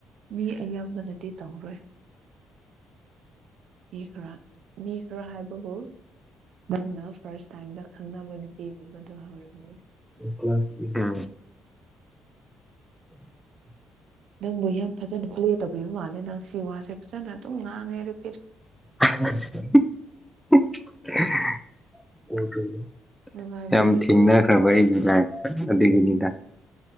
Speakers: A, on the right; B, in the centre.
A: ꯃꯤ ꯑꯌꯥꯝꯕꯅꯗꯤ ꯇꯧꯔꯣꯏ ꯃꯤ ꯈꯔꯥ ꯃꯤ ꯈꯔ ꯍꯥꯏꯕꯕꯨ ꯅꯪꯅ ꯐꯥꯔꯁ ꯇꯥꯏꯝꯗ ꯈꯪꯅꯕ ꯅꯨꯄꯤꯒꯨꯝꯕꯗꯣ ꯍꯧꯔꯝꯃꯣꯏꯅꯤ
B: ꯀ꯭ꯂꯥꯁ ꯇꯤ ꯀꯌꯥ <unintelligible>
A: ꯅꯪꯕꯨ ꯌꯥꯝ ꯐꯖꯅ ꯄ꯭ꯂꯦ ꯇꯧꯕꯤꯕ ꯃꯥꯜꯂꯦ ꯅꯪ ꯁꯤ ꯋꯥꯁꯦ ꯐꯖꯅ ꯑꯗꯨꯝ ꯉꯥꯡꯉꯦ ꯔꯤꯄꯤꯠ
B: <inaudible>
A: ꯅꯨꯡꯉꯥꯏꯕꯤꯗꯦꯀꯣ
B: ꯌꯥꯝ ꯊꯤꯡꯅꯈ꯭ꯔꯕ ꯑꯩꯒꯤ ꯂꯥꯏꯞꯇ ꯑꯗꯨꯒꯤꯅꯤꯗ